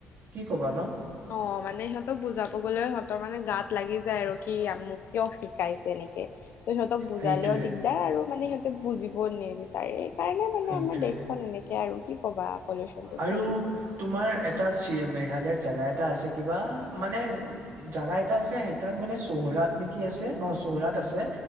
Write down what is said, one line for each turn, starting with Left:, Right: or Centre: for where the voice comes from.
Right: কি কবা ন।
Left: অ মানে সিহঁতক বুজাব গলে। তাৰ মানে গাত লাগি যায় আৰু কি মোক কিয় শিকাইছে এনেকে। ত সিহঁতক বুজালেও
Right: সেইটোয়ে
Left: দিগদাৰ আৰু মানে সিহঁতেক বুজিবও নেবে। সেই কাৰণে মানে
Right: সেইটোয়ে
Left: আমাৰ দেশখন এনেকে আৰু কি কবা পলিউচন টো
Right: আৰু
Left: থাকিবই।
Right: তোমাৰ এটা ছি মেঘালয়ত জেগা এটা আছে কিবা মানে। জাগা এটা আছে সেই তাত মানে চহৰাত নি। কি আছে অ চহৰাত আছে